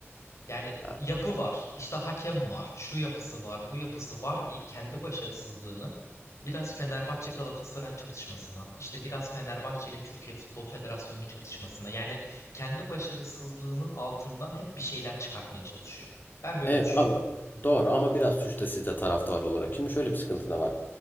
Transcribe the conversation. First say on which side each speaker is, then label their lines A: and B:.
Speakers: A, on the left (about 80°); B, on the left (about 45°).
A: Yani
B: Ha,
A: yapı var, işte hakem var, şu yapısı var, bu yapısı var deyip kendi başarısızlığını biraz Fenerbahçe Galatasaray çatışmasına, işte biraz Fenerbahçe ile Türkiye Futbol Federasyonu çatışmasına yani kendi başarısızlığının altından hep bir şeyler çıkartmaya çalışıyor. Ben böyle
B: Evet
A: düşünüyorum.
B: abi doğru ama biraz suç da sizde taraftar olarak. Şimdi şöyle bir sıkıntı da var.